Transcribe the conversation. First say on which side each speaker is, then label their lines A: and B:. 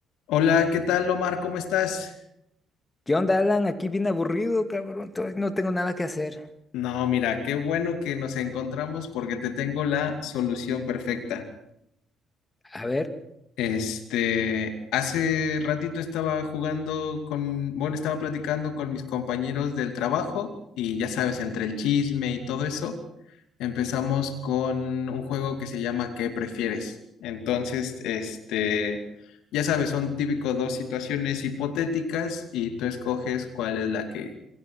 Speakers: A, on the left; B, on the left.
A: Hola, ¿qué tal, Omar? ¿Cómo estás?
B: ¿Qué onda, Alan? Aquí bien aburrido, cabrón. todavía no tengo nada que hacer.
A: No, mira, qué bueno que nos encontramos porque te tengo la solución perfecta.
B: A ver,
A: Este, hace ratito estaba jugando con, bueno, estaba platicando con mis compañeros del trabajo y ya sabes, entre el chisme y todo eso, empezamos con un juego que se llama ¿Qué prefieres? Entonces, este, ya sabes, son típico dos situaciones hipotéticas y tú escoges cuál es la que